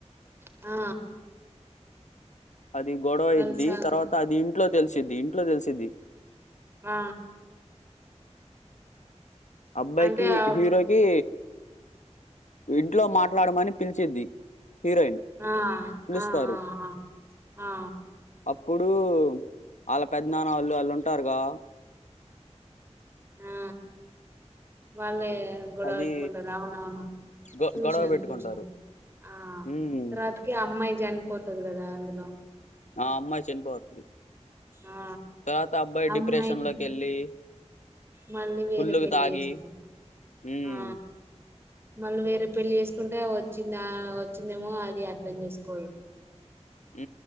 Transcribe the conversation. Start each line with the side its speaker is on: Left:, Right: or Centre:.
Right: ఆ
Left: అది గొడవైద్ది
Right: కలిసాక
Left: తర్వాత అది ఇంట్లో తెలిసిద్ది ఇంట్లో తెలిసిద్ది
Right: ఆ
Left: అబ్బాయికి
Right: అంటే ఆ
Left: హీరోయి కి ఇంట్లో మాట్లాడమని పిలిచిద్ది హీరోయిన్
Right: ఆ
Left: పిలుస్తారు
Right: ఆఆఆ ఆ
Left: అప్పుడు వాళ్ళ పెద్దనాన్న వాళ్ళు వాళ్ళు ఉంటారుగా
Right: ఆ వాళ్ళే గొడవ
Left: అది
Right: పెట్టుకుంటనరు అవునవును
Left: గొ
Right: చూసాను
Left: గొడవ పెట్టుకుంటారు
Right: చూసాను ఆ
Left: ఉమ్
Right: రాత్ర అమ్మాయి చనిపోతది కదా అందులో
Left: ఆ అమ్మాయి చనిపోతది
Right: ఆ
Left: తర్వాత అబ్బాయి
Right: అమ్మాయికి
Left: డిప్రెషన్లోకి వెళ్ళి
Right: మళ్ళీ వేరే
Left: ఫుల్లుగా
Right: పెళ్లి
Left: తాగి
Right: చేసుకుంటడు
Left: ఉమ్
Right: ఆ మళ్ళీ వేరే పెళ్లి చేసుకుంటే వచ్చింద వచ్చిందేమో అది అర్ధం చేసుకోదు
Left: ఊ